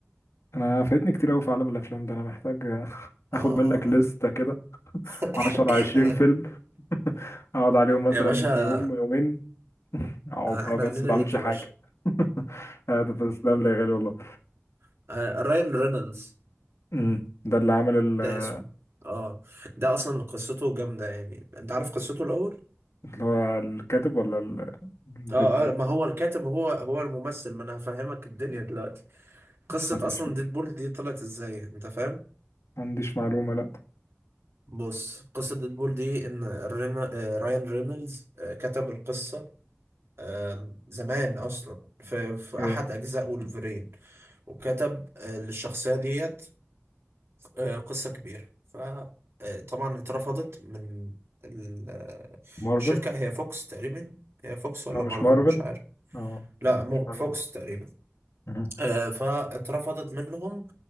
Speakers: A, on the left; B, on the right.
A: انا فايتني كتير قوي في عالم الافلام ده انا محتاج آه، <laughs> اخد
B: اه اه
A: منك لستة
B: آه.
A: كده
B: <laughs>
A: 10 20 فيلم <laughs> اقعد عليهم مثلا
B: يا باشا
A: في يوم يومين <laughs> اقعد
B: احنا
A: بقى بس
B: عنينا
A: ما بعملش
B: ليك يا
A: حاجة
B: باشا
A: <laughs> آه، تسلم لي يا غالي والله
B: <laughs> آه، رايان رينولدز
A: أمم، ده اللي عامل ال-
B: ده اسمه اه ده اصلا قصته جامده يعني انت عارف قصته الاول
A: اللي هو الكاتب ولا ال- ديدبول
B: اه اه ما هو الكاتب هو هو الممثل ما انا هفهمك الدنيا دلوقتي قصه
A: ما عنديش
B: اصلا
A: فكرة
B: ديدبول دي طلعت ازاي انت فاهم
A: ما عنديش معلومة لا
B: بص قصه ديدبول دي ان رينا... آه، رايان رينولدز آه، كتب القصه آه، زمان اصلا في في
A: ايه
B: احد اجزاء ولفرين وكتب آه، للشخصيه ديت آه، قصة كبيرة فطبعا اترفضت من ال- آه،
A: مارفل
B: الشركة هي فوكس تقريبا هي فوكس ولا
A: هو مش
B: مارفل
A: مارفل
B: مش عارف
A: اه
B: لا
A: ما عنديش
B: مو-
A: معلومة
B: فوكس تقريبا
A: أها.
B: آه، فاترفضت منهم